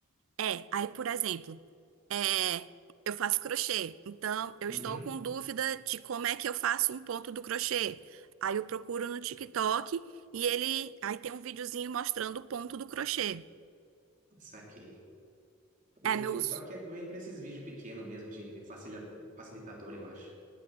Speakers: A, on the right; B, on the right.
A: É, aí, por exemplo, é, eu faço crochê, então eu
B: Uhum,
A: estou com dúvida de como é que eu faço um ponto do crochê. Aí eu procuro no TikTok e ele, aí tem um videozinho mostrando o ponto do crochê.
B: saquei. O
A: É meu
B: TikTok
A: uso.
B: é bem pra esses vídeos pequenos mesmo, de facilita- facilitador, eu acho.